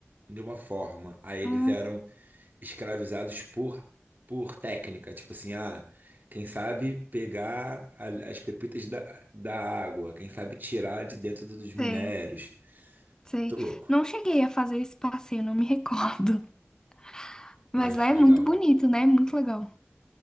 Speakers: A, on the right; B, on the left.
A: de uma forma. Aí
B: Hum,
A: eles eram escravizados por, por técnica. Tipo assim, ah, quem sabe pegar a- as pepitas da, da água, quem sabe tirar de dentro dos minérios.
B: sei. Sei.
A: Muito louco.
B: Não cheguei a fazer esse passeio, não me recordo. <laughs> Mas
A: Ai,
B: lá
A: foi
B: é muito
A: legal.
B: bonito, né? Muito legal.